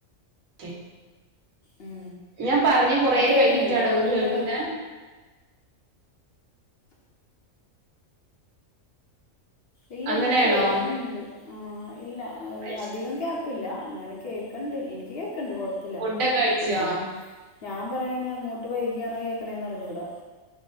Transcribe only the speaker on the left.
ഉം
കേൾക്കണില്ലേ
കുഴപ്പമില്ലല്ലോ
ഇല്ല
എനിക്ക് കേക്കണുണ്ട് ആഹ് ഇല്ല
അധികം ഗ്യാപ്പ് ഗ്യാപ്പ് ഇല്ല എന്നാലും കേക്കണ്ട് ഇനിക്ക് കേക്കണ്ട് കൊഴപ്പല്ല
ഞാ ഞാൻ പറയണെ ഇനി അങ്ങോട്ട് വൈകിയാണൊ കേക്കണെന്നറിഞ്ഞുട